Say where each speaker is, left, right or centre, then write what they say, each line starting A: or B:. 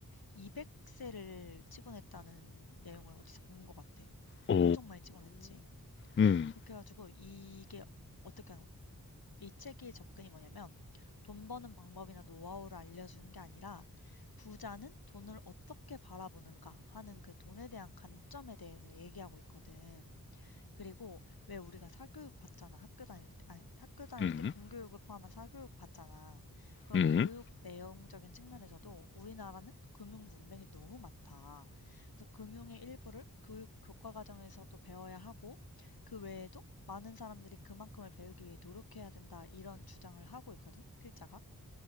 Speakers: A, on the left; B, on the left.
A: 200세를 찍어냈다는 내용을 어디서 본 것 같아.
B: 오,
A: 엄청 많이 찍어냈지.
B: 음,
A: 그렇게 해가지고 이게 어떻게 이 책의 접근이 뭐냐면 돈 버는 방법이나 노하우를 알려주는 게 아니라 부자는 돈을 어떻게 바라보는가 하는 그 돈에 대한 관점에 대해서 얘기하고 있거든. 그리고 왜 우리가 사교육 받잖아. 학교 다닐 때, 아니, 학교 다닐
B: 음,
A: 때 공교육을 포함한 사교육 받잖아. 그런
B: 음.
A: 교육 내용적인 측면에서도 우리나라는 금융 문맹이 너무 많다. 그래서 금융의 일부를 교육 교과 과정에서도 배워야 하고 그 외에도 많은 사람들이 그만큼을 배우기 위해 노력해야 된다. 이런 주장을 하고 있거든, 필자가.